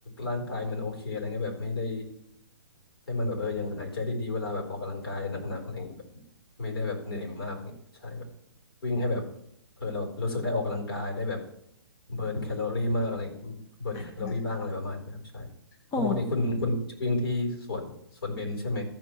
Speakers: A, on the left; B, on the left.
A: ร่างกายมันโอเคอะไรเงี้ยแบบไม่ได้ให้มันแบบเออยังหายใจได้ดีเวลาแบบออกกำลังกายหนักๆอะไรเงี้ยแบบไม่ได้แบบเหนื่อยมากอะไรเงี้ยใช่ วิ่งให้แบบเออเราแบบรู้สึกได้ออกกำลังกายได้แบบเบิร์นแคลอรี่มากอะไรเบิร์นแคลอรี่บ้างอะไรประมาณนี้ครับใช่เพราะปกติคุณคุณจะวิ่งที่สวนสวนเบญใช่ไหม
B: ออ๋อ